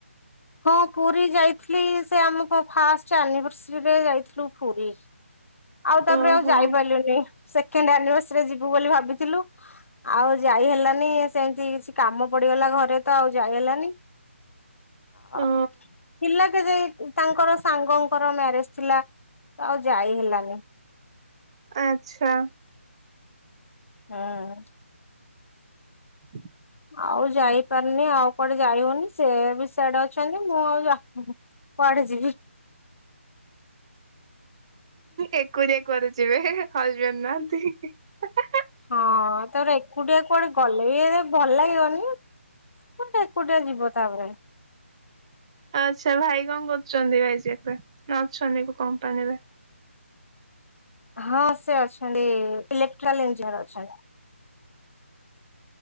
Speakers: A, on the left; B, on the right.
A: ହଁ ପୁରୀ ଯାଇଥିଲି ସେ ଆମ ଫାଷ୍ଟ ଆନିଭର୍ସରୀରେ ଯାଇଥିଲୁ ପୁରୀ। ଆଉ ତାପରେ
B: ଓହୋ
A: ଆଉ ଯାଇପାରିଲୁନି ସେକେଣ୍ଡ ଆନିଭର୍ସରୀରେ ଯିବୁ ବୋଲି ଭାବିଥିଲୁ। ଆଉ ଯାଇ ହେଲାନି ସେମିତି କିଛି କାମ ପଡିଗଲା ଘରେ ତ ଆଉ ଯାଇ ହେଲାନି ହ
B: ଓ
A: ପିଲ ଯାଇ ତାଙ୍କର ସାଙ୍ଗଙ୍କର ମ୍ୟାରେଜ ଥିଲା ଆଉ ଯାଇ ହେଲାନି
B: ଆଚ୍ଛା
A: ହଁ
B: ହୁଁ
A: ଆଉ ଯାଇପାରନି ଆଉ କୁଆଡେ ଯାଇ ହଉନି ସେ ବି ସେଡ ଅଛନ୍ତି ମୁଁ ଆଉ ଯ କୁଆଡ଼େ ଯିବି
B: ଏକୁଟିଆ କଆରେ ଯିବେ ହଜବେଣ୍ଡ ନାହାନ୍ତି
A: ହଁ ତର ଏକୁଟିଆ କୁଆଡେ ଗଲେ ବି ଏ ଭଲ ଲାଗିବନି କୋଟେ ଏକୁଟିଆ ଯିବ ତାପରେ
B: ଆଚ୍ଛା ଭାଇ କଣ କରୁଛନ୍ତି ଭାଇଯାକ ନା ଅଛନ୍ତି କମ୍ପାନୀରେ
A: ହଁ ସେ ଅଛନ୍ତି ଇଲେକ୍ଟ୍ରିକାଲ ଇଞ୍ଜିନିୟର ଅଛନ୍ତି